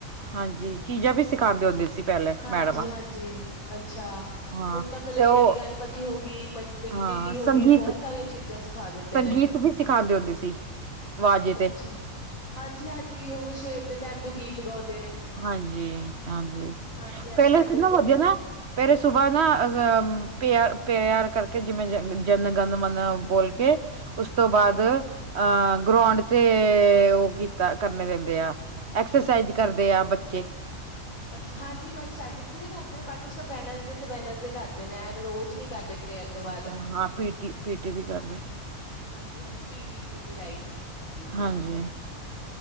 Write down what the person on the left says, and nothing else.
ਹਾਂਜੀ-ਹਾਂਜੀ
ਅੱਛਾ।
ਹੁਣ ਤਾ ਕਲੇ
ਦੀ ਗਣਪਤੀ ਹੋ ਗੀ, ਮ ਮਿੱਟੀ
ਦੀ ਹੋ
ਗੀ, ਬਹੁਤ ਸਾਰੀਆਂ ਚੀਜ਼ਾਂ ਸਿਖਾ ਦਿੰਦੇ
ਨੇ।
ਅੱਛਾ,
ਹਾਂਜੀ-ਹਾਂਜੀ, ਉਹ ਸਵੇਰ ਦੇ ਟਾਈਮ ਜੋ ਗੀਤ ਗਾਉਂਦੇ ਨੇ
ਹਾਂਜੀ-ਹਾਂਜੀ
ਸਾਡੇ
ਇੱਥੇ
ਵੀ
ਹਾਂਜੀ।
ਅੱਛਾ, ਹਾਂਜੀ, ਬਟ ਸਾਡੇ ਇੱਥੇ ਵੀ ਕਰਦੇ ਨੇ, ਬਟ ਉਹ ਸਿਰਫ ਵੈਨਸਡੇ ਤੇ ਵੈਨਸਡੇ ਕਰਦੇ ਨੇ, ਐ ਤੇ ਰੋਜ਼ ਨੀ ਕਰਦੇ ਪ੍ਰੇਅਰ। ਤੋਂ ਬਾਅਦ
ਹਾਂਜੀ-ਹਾਂਜੀ ਪੀਟੀ-ਪੀਟੀ ਰਾਈਟ